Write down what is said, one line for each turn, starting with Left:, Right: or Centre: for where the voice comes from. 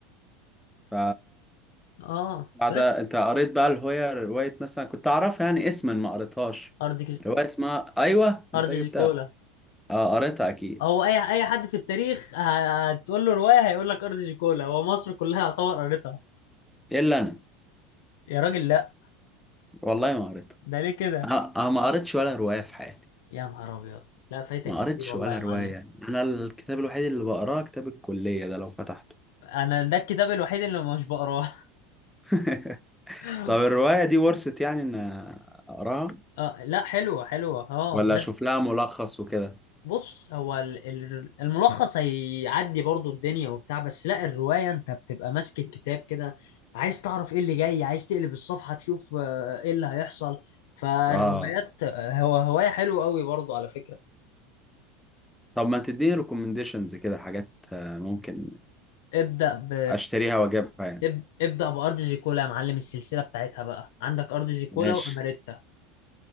Centre: ف
Left: اه
Centre: بعد
Left: بس
Centre: انت قريت بقى الهوية رواية مثلا كنت اعرفها يعني اسما ما قريتهاش
Left: ارض
Centre: رواية اسمها ايوه
Left: ارض
Centre: انت جبتها
Left: زيكولا
Centre: اه قريتها اكيد
Left: هو اي اي حد في التاريخ ه- هتقول له روايه هيقول لك ارض زيكولا هو مصر كلها يعتبر قريتها
Centre: الا انا
Left: يا راجل لا
Centre: والله ما قريتها
Left: ده ليه كده
Centre: انا أنا ما قريتش ولا رواية في حياتي
Left: يا نهار ابيض لا فايتك
Centre: ما
Left: كتير
Centre: قريتش
Left: والله
Centre: ولا
Left: يا معلم
Centre: رواية انا الكتاب الوحيد اللي بقراه كتاب الكلية ده لو فتحته
Left: انا ده الكتاب الوحيد اللي مش بقراه
Centre: <laughs>
Left: <laughs>
Centre: طب الرواية دي ورثت يعني ان اقراها
Left: آه لا حلوه حلوه اه
Centre: ولا
Left: بس
Centre: اشوف لها ملخص وكده
Left: بص هو ال- ال- الملخص هيعدي برضو الدنيا وبتاع بس لا الروايه انت بتبقى ماسك الكتاب كده عايز تعرف ايه اللي جاي عايز تقلب الصفحه تشوف آه، ايه اللي هيحصل فالروايات
Centre: اه
Left: آه، هو هوايه حلوه قوي برضو على فكره
Centre: طب ما تديني ريكومنديشنز كده حاجات آه، ممكن
Left: ابدأ ب
Centre: اشتريها واجيبها يعني
Left: اب- ابدأ بأرض زيكولا يا معلم السلسلة بتاعتها بقى عندك أرض زيكولا
Centre: ماشي
Left: وأماريتا